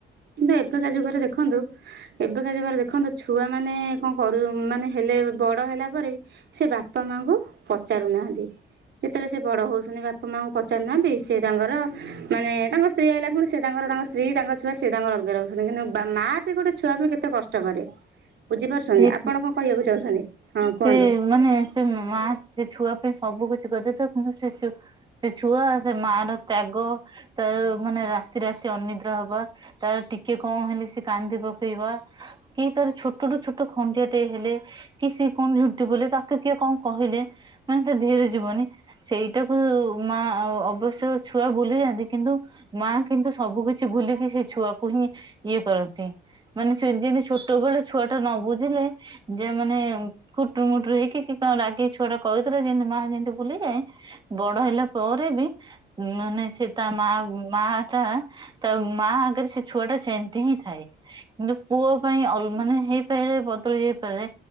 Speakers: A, on the right; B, on the right.
A: କିନ୍ତୁ ଏବେକା ଯୁଗରେ ଦେଖନ୍ତୁ ଏବେକା ଯୁଗରେ ଦେଖନ୍ତୁ ଛୁଆମାନୋନ କ'ଣ? କରୁ ମାନେ ହେଲେ ବଡ଼ ହେଲା ପରେ ବି ସେ ବାପା ମାଆଙ୍କୁ ପଚାରୁନାହାଁନ୍ତି! ଯେତେବେଳେ ସେ ବଡ ହଉଛନ୍ତି ବାପା ମାଙ୍କୁ ପଚାରୁନାହାନ୍ତି। ସେ ତାଙ୍କର ମାନେ ତାଙ୍କ ସ୍ତ୍ରୀ ଆଇିଲା ଖୁଣୁ ସେ ତାଙ୍କର ତାଙ୍କ ସ୍ତ୍ରୀ ତାଙ୍କ ଛୁଆ ସେ ତାଙ୍କ ଅଲଗା ରହୁଛନ୍ତି କିନ୍ତୁ ମା ଗୋଟେ ଛୁଆ ପାଇଁ କେତେ କଷ୍ଟ କରେ! ବୁଝିପାରୁଛନ୍ତି
B: ସେ
A: ଆପଣ କ'ଣ କହିବାକୁ ଚାହୁଛନ୍ତି? ହଁ କୁହନ୍ତୁ!
B: ସେ ମାନେ ସେ ମା ସେ ଛୁଆ ପାଇଁ ସବୁ କିଛି କରିଦେଇି। ପାରିବ କିନ୍ତୁ ସେ ସେ ଛୁଆ ସେ ମା ର ତ୍ୟାଗ ତ ମାନେ ରାତି ରାତି ଅନିଦ୍ରା ହବା ତାର ଟିକେ କ'ଣ ହେଲେ ସେ କାନ୍ଦି ପକେଇବା କି ତାର ଛୋଟଠୁ ଛୋଟ ଖଣ୍ଡୀଆ ଟିଏ ହେଲେ କି ସେ କଣ ଝୁଣ୍ଟି ପଇଲେ ତାକୁ କିଏ କ'ଣ କହିଲେ ମାନେ ତା ଧୀଏରେ ରେ ଯିବନି! ସେଇଟାକୁ ମା ଅବଶ୍ୟ ଛୁଆ ଭୁଲି ଯାଆନ୍ତି। କିନ୍ତୁ ମା କିନ୍ତୁ ସବୁ କିଛି ଭୁଲିକି ସେ ଛୁଆକୁ ହିଁ ଇଏ କରନ୍ତି! ମାନେ ସେ ଯେମିତି ଛୋଟବେଳୁ ଛୁଆଟା ନ ବୁଝିଲେ ଯେ ମାନେ କୁଟୁରୁ ମୁଟୁର ହେଇକି କି କ'ଣ ରାଗି ଛୁଆଟା କହିଦେଲେ ଯେମତି ମା ଯେମିତି ବୁଲିଯାଏ। ବଡ ହେଲା ପରେ ବି ମାନେ ସେ ତା ମା ମା ତା ତା ମା ଆଗରେ ସେ ଛୁଆ ଟା ସେମିତି ହିଁ ଥାଏ କିନ୍ତୁ ପୁଅ ପାଇଁ ମାନେ ଫେରେ ବଦଳି ଯାଇପାରେ!